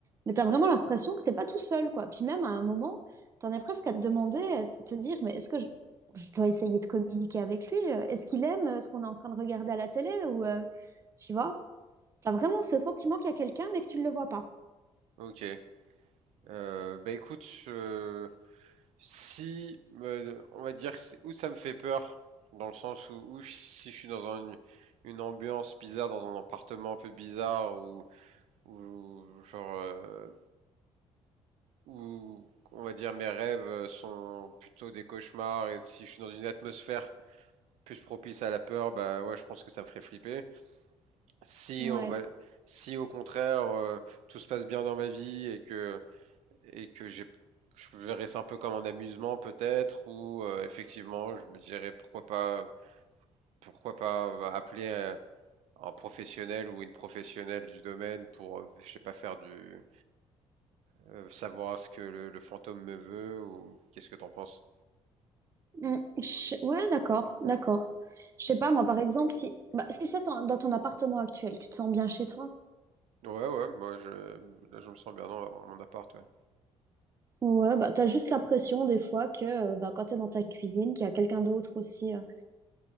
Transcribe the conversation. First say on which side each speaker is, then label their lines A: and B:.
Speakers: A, on the right (about 25°); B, on the right (about 80°).
A: Mais t'as vraiment l'impression que t'es pas tout seul, quoi. Puis même à un moment, t'en es presque à te demander, à te dire, mais est-ce que je, je dois essayer de communiquer avec lui? euh, Est-ce qu'il aime euh, ce qu'on est en train de regarder à la télé? Ou, euh, tu vois, t'as vraiment ce sentiment qu'il y a quelqu'un, mais que tu ne le vois pas.
B: Ok. Euh, bah écoute, euh, Si, euh, on va dire, où ça me fait peur, dans le sens où, où je- si je suis dans un- une, ambiance bizarre, dans un appartement un peu bizarre, ou ou genre, euh, où, on va dire, mes rêves euh, sont plutôt des cauchemars, et si je suis dans une atmosphère plus propice à la peur, bah ouais, je pense que ça me ferait flipper. Si
A: Ouais.
B: on va, si au contraire, euh, tout se passe bien dans ma vie et que et que j'ai je verrais ça un peu comme un amusement peut-être ou euh, effectivement je me dirais pourquoi pas pourquoi pas bah, appeler un, un professionnel ou une professionnelle du domaine pour euh, je sais pas faire du euh, savoir ce que le, le fantôme me veut ou qu'est-ce que t'en penses?
A: Mm. Je- Ouais, d'accord, d'accord. Je sais pas, moi, par exemple, si, bah, si c'est ton- dans ton appartement actuel, tu te sens bien chez toi?
B: Ouais ouais moi je là je me sens bien dans mon mon appart ouais.
A: Ouais, bah, t'as juste l'impression des fois que euh, bah, quand t'es dans ta cuisine, qu'il y a quelqu'un d'autre aussi. euh,